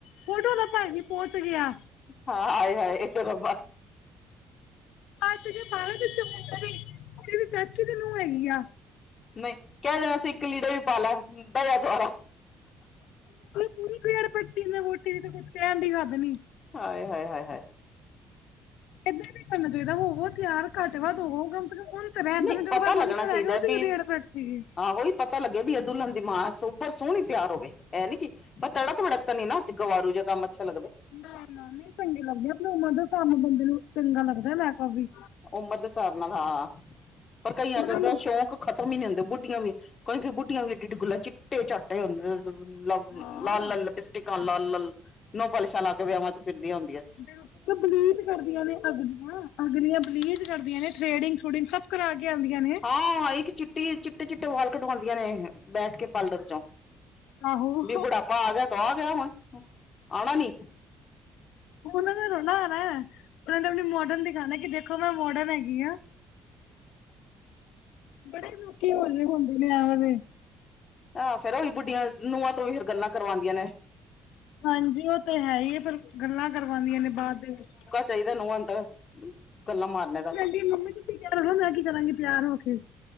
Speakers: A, on the left; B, on the left.
A: ਫੋਟੋ ਦਾ ਭਾਈ ਜੀ ਪਹੁੰਚ ਗਿਆ
B: ਹਾਅ ਹੈਏ ਹਏ ਇਹ ਰਬ
A: ਹ ਤੇ ਜ ਬਵੇ ਮੁੰਡੇ ਵੀ ਕੁੜੀ ਦੀ ਚਾਚੀ ਤੇ ਨੂੰਹ ਹੈਗੀ ਆ
B: <unintelligible>
A: ਪੂਰੀ ਪੇੜ ਪੱਟੀ ਨੇ ਵੋਟੀ ਦੀ ਤੇ ਕੁਛ ਕਹਿਣ ਦੀ ਹੱਦ ਨੀ
B: ਹਾਏ, ਹਾਏ, ਹਾਏ, ਹਾਏ
A: ਏਦਾਂ ਨੀ ਕਰਨਾ ਚਾਈਦਾ, ਹੋਵੋ ਤਿਯਾਰ ਘੱਟ-ਵੱਧ ਹੋਵੋ। ਸੇ ਕਮ ਉਹਨ ਤੇ ਰੈਂਦੇ
B: ਨਹੀਂ
A: ਨਾ, ਜਦੋਂ
B: ਪਤਾ ਲੱਗਣਾ
A: ਫੰਕਸ਼ਨ
B: ਚਾਹੀਦਾ
A: ਹੈਗਾ ਉਦੇ
B: ਵੀ
A: ਈ ਰੇੜ ਕੱਡ ਤੀ ਏ।
B: ਆਹੋ ਈ ਪਤਾ ਲੱਗੇ ਵੀ ਏ ਦੁਲਨ ਦੀ ਮਾਂ, ਸੋਬਰ ਸੋਣੀ ਤਿਯਾਰ ਹੋਵੇ, ਐ ਨੀ ਕਿ ਆ ਤੜਕ-ਭੜਕ ਤਾ ਨੀ ਨਾ, ਅੱਜ ਗਵਾਰੂ ਜੇ ਕੰਮ ਅੱਛੇ ਲੱਗਦੇ।
A: ਨਾ, ਨਾ, ਨੀ ਚੰਗੇ ਲੱਗਦੇ, ਆਪਨੀ ਉਮਰ ਦਾ ਕੰਮ ਬੰਦੇ ਨੂੰ ਚੰਗਾ ਲੱਗਦੈ, ਮੈਕਪ ਵੀ।
B: ਉਮਰ ਦੇ ਹਿਸਾਬ ਨਾਲ, ਹਾਂ, ਪਰ ਕਈਆਂ
A: ਉਹਨਾਂ
B: ਦੇ ਤਾ
A: ਨੂੰ
B: ਸ਼ੌਂਕ ਖਤਮ ਈ ਨੀ ਹੁੰਦੇ ਬੁੱਡੀਆਂ ਵੀ ਕਈ-ਕਈ ਬੁੱਡੀਆਂ ਵੀ ਏੱਡੇ-ਏੱਡੇ ਗੱਲਾ, ਚਿੱਟੇ ਝਾੱਟੇ ਹੁੰਦੇ। <unintelligible>
A: ਹਾਂ
B: ਲਾਲ-ਲਾਲ ਲਿਪਸਟਿਕਾਂ, ਲਾਲ-ਲਾਲ ਨੌ ਪਾਲਿਸ਼ਾਂ ਲਾ ਕੇ ਵਿਆਵਾਂ ਚ ਫਿਰਦੀਆਂ ਹੁੰਦੀਐ।
A: ਬਿਲਕੁਲ, ਬਲੀਚ ਕਰਦੀਆਂ ਨੇ ਅਗਲੀਆਂ, ਅਗਲੀਆਂ ਬਲੀਚ ਕਰਦੀਆਂ ਨੇ, ਥਰੇੇਡਿੰਗ ਥੂਡਿੰਗ ਸਭ ਕਰਾ ਕੇ ਆਉਂਦੀਆਂ ਨੇ
B: ਆ ਇੱਕ ਚਿੱਟੀ, ਚਿੱਟੇ-ਚਿੱਟੇ ਵਾਲ ਕਢਵਾਉਂਦੀਆਂ ਨੇ ਬੈਠ ਕੇ <unintelligible> ਚੋਂ,
A: ਆਹੋ
B: ਵੀ ਬੁੜਾਪਾ ਆ ਗਿਆ ਤੋ ਆ ਗਿਆ ਹੁਣ, ਆਨਾ ਨੀ
A: ਉਨਾਂ ਨੇ <unintelligible> ਆਨੈ, ਉਨਾਂ ਨੇ ਆਪਨੀ ਮੋਡਨ ਦਿਖਾਨੈ ਕਿ ਦੇਖੋ ਮੈਂ ਮੋਡਨ ਹੈਗੀ ਆਂ। ਬੜੇ ਲੋਕੀ ਹੋਲੇ ਹੁੰਦੇ ਨੇ ਐ ਵਾਲੇ
B: ਆ ਫੇਰ ਏਹੀ ਬੁੱਡੀਆਂ ਨੂੰਆਂ ਤੋ ਹੀ ਫੇਰ ਗੱਲਾਂ ਕਰਵਾਂਦੀਆਂ ਨੇ
A: ਹਾਂਜੀ, ਓ ਤੇ ਹੈਈ ਈ ਫੇਰ ਗੱਲਾਂ ਕਰਵਾਂਦੀਆਂ ਨੇ ਬਾਦ ਦੇ ਵਿੱਚ
B: ਚਾਹੀਦੈ ਨੁਆਂ ਨੂੰ ਤਾ ਐ, ਗੱਲਾਂ ਮਾਰਨੇ ਦਾ
A: ਕੇ ਮੰਮੀ ਤੁਸੀ ਕੈਣਾ ਨਾ, ਮੈਂ ਕੀ ਕਰਾਂਗੀ, ਤਿਯਾਰ ਹੋ ਕੇ।